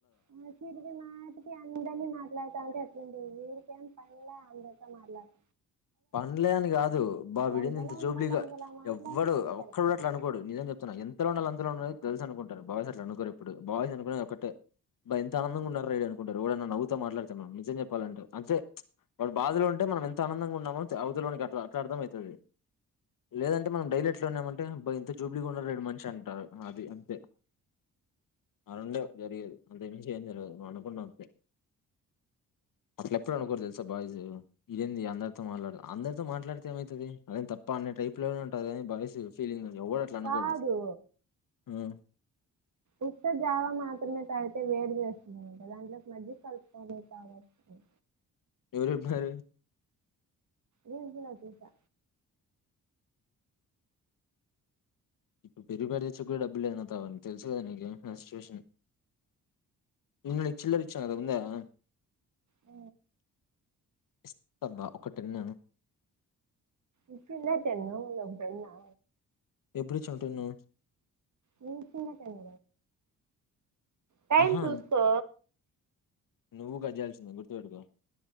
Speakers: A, on the right; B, on the left.
A: ఉమ్ చిటికి మాటికి అందర్నీ మాట్లాతంటే ఎట్ల ఉంటది వీరి పల అందరితో మాట్లాడుత
B: పన్లే అని కాదు బాబ విడింది
A: ఎంతలా
B: ఇంత జూబ్లిగా
A: ఉండాలో అంతలా మాట్లాడితే
B: ఎవ్వడు
A: సరిపోతది
B: ఒక్కడు అట్లా అనుకోడు నిజం చెప్తున్నా ఎంతలో ఉండాలి అంతలో ఉండాలి తెలుసు అనుకుంటారు బాయస్ అట్ అనుకోరు ఇప్పుడు బాయస్ అనుకుని ఒకటే బా ఎంత ఆనందంగా ఉన్నన్నారు రడడి అనుకుంటారు ఎడైన్నా నవ్వుతో మాట్లాడతే మనం నిజం చెప్పాలంటే అంతే వాళ బాధలో ఉంటే మనం ఎంత ఆనంగా ఉన్నా అవతలోనికి అ అట్లా అర్థం అవుతుంది లేదంటే మనం డైలీ ఎట్లా ఉన్నామంటే అబ్బా ఎంత జూబ్లీగా ఉండ వీడు మనిషి అంటారు అది అంతే అ రండే జరిగదు అంతే అంతకు మించి ఏమి జరగదు నువు అనుకుండా వంతే అట్ల ఎప్పుడు అనుకోరుదు తెలుసా బాయ్స్ ఇదమ్ది అంద మాట్లా అందరితో మాట్లాడితే ఏమవుతుంది అద తప్ప అన్ని టైప్ లో ఉంటుది అని బాయ్స్ ఫీలింగ్ ఎవడు అట్లా అనుకోడు
A: కాదు
B: ఉమ్
A: ఉత్త జావా మాత్రమే తాగితే వేడి చేస్తుందమా దాంట్లోకి మజ్జిగ కలుపుకొని తగవచ్చు
B: ఎవరు చెప్పినారు
A: రీల్స్ లో చూసా
B: ఇప్పుడు పెరిగు పాకెట్ తెచ్చుకో డబ్బులు లేదు నాతన తెలుసు కదా నీకే నా సిచ్యువేషన్ నిన్న నీకు చిల్లర ఇచ్చిన కదా ఉందా ఆ
A: అ
B: ఇస్తవా ఒక టెన్
A: ఈచిన్ల టెను ఇంకో టెన్ ఆ
B: ఎప్పుడూ ఇచ్చినావు టెన్ ను
A: నిన్న ఇచ్చిన్ల టెన్ టైం
B: ఆహా
A: చూసుకో
B: నువ్వు కజాల్సింద గుర్తుపెటుకో